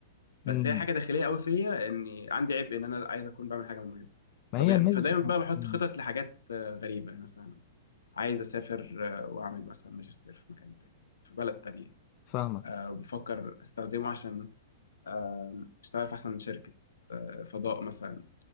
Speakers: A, on the left; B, on the left.
A: بس
B: امم
A: هي حاجه داخليه قوي فيا اني عندي عيب ان انا عايز اكون بعمل حاجه مميزه
B: ما
A: فب-
B: هي الناس
A: فدايما
B: بت...
A: بقى بحط
B: مم.
A: خطط لحاجات آه، غريبه يعني مثلا عايز اسافر آه، واعمل مثلا ماجستير في مكان تاني في بلد تانية
B: فاهمك
A: آه، بفكر استخدمه عشان آه، اشتغل في احسن شركه آه، فضاء مثلا